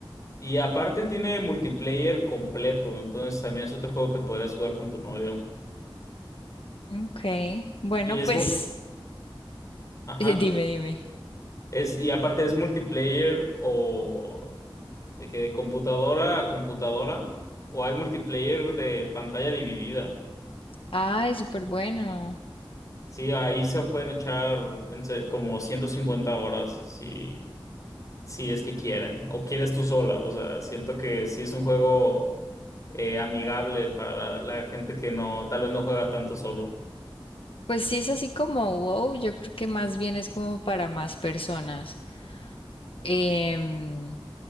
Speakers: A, on the left (about 35°); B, on the left (about 75°).
A: Y aparte tiene multiplayer completo. Entonces también es otro juego que podrás jugar con tu novio.
B: ok. Bueno,
A: Y es
B: pues
A: muy. Ajá.
B: <laughs> dime, dime.
A: Es, y aparte es multiplayer o de que de computadora a computadora o hay multiplayer de pantalla dividida.
B: Ay, súper bueno.
A: Sí, ahí se pueden echar en se- como 150 horas si, si es que quieren o quieres tú sola. O sea, siento que sí es un juego eh, amigable para la, la gente que no, tal vez no juega tanto solo.
B: Pues sí es así como wow, yo creo que más bien es como para más personas. Em,